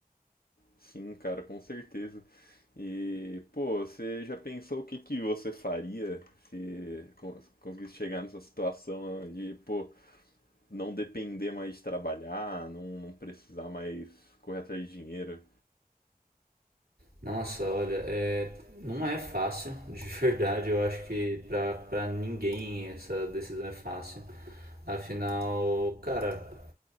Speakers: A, on the left; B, on the right.
A: Sim, cara, com certeza. E, pô, você já pensou o que que você faria se con- conseguisse chegar nessa situação de, pô, não depender mais de trabalhar, não, não precisar mais correr atrás de dinheiro?
B: Nossa, olha, é, não é fácil, <laughs> de verdade. Eu acho que pra, pra ninguém essa decisão é fácil. Afinal, cara,